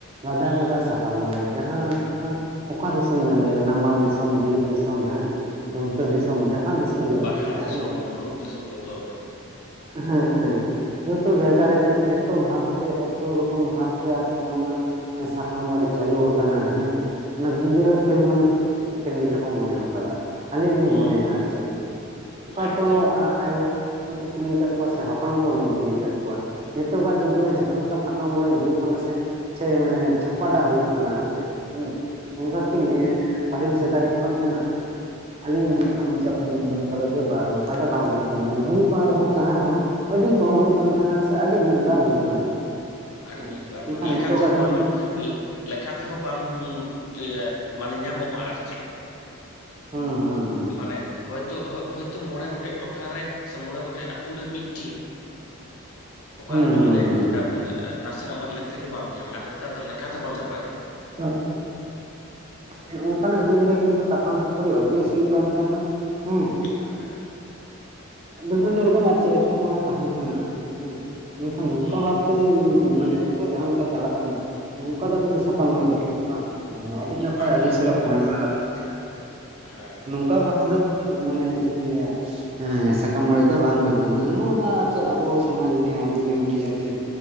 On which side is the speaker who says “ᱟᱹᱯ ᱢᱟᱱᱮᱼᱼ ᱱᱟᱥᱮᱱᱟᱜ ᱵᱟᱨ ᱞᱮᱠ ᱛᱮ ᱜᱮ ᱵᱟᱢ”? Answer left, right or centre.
Left